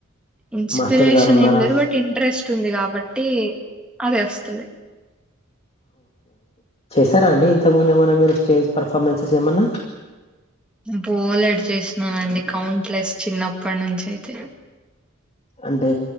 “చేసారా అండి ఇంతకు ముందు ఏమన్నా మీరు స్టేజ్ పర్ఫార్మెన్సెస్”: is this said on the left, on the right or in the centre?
Left